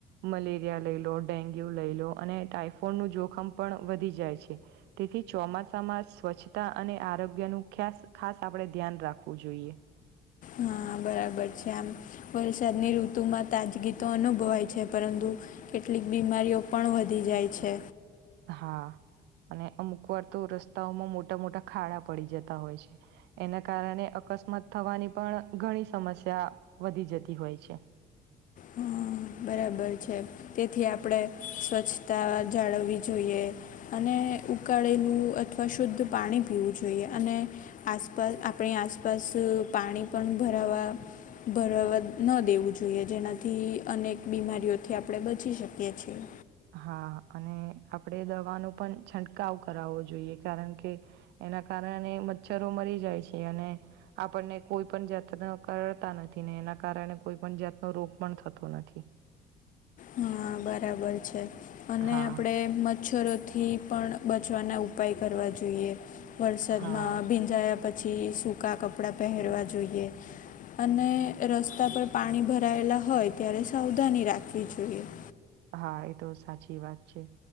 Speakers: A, on the right; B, on the left.
A: મલેરિયા લઈ લો, ડેન્ગ્યુ લઈ લો, અને ટાઈફોઇડનું જોખમ પણ વધી જાય છે. તેથી ચોમાસામાં સ્વચ્છતા અને આરોગ્યનું ખ્યાસ ખાસ આપણે ધ્યાન રાખવું જોઈએ
B: હા બરાબર છે આમ વરસાદની ઋતુમાં તાજગીતો અનુભવાય છે. પરંતુ કેટલીક બીમારીઓ પણ વધી જાય છે
A: હા, અને અમુક વાર તો રસ્તાઓમાં મોટા મોટા ખાડા પડી જતા હોય છે. એના કારણે અકસ્માત થવાની પણ ઘણી સમસ્યા વધી જતી હોય છે.
B: હમ બરાબર છે તેથી આપણે સ્વચ્છતા જાળવવી જોઈએ અને ઉકાળેલું અથવા શુદ્ધ પાણી પીવું જોઈએ અને આસપાસ આપણી આસપાસ પાણી પણ ભરાવા ભરાવા ન દેવું જોઈએ જેનાથી અનેક બીમારીઓથી આપણે બચી શકીએ છીએ
A: હા અને આપણેે દવાનો પણ છંટકાવ કરાવવો જોઈએ કારણ કે એના કારણે મચ્છરો મરી જાય છે અને. આપણને કોઈ પણ જાતનાં કરતા નથી ને એના કારણે કોઈ પણ જાતનો રોગ પણ થતો નથી.
B: હા બરાબર છે. અને
A: હા
B: આપણે મચ્છરોથી પણ બચવાના ઉપાય કરવા જોઈએ. વરસાદમાં
A: હા
B: ભીંજાયા પછી પછી સૂકા કપડાં પહેરવા જોઈએ અને રસ્તા પર પાણી ભરાયેલા હોય ત્યારે સાવધાની રાખવી જોએ <inaudible>
A: હા એ તો સાચી વાત છે.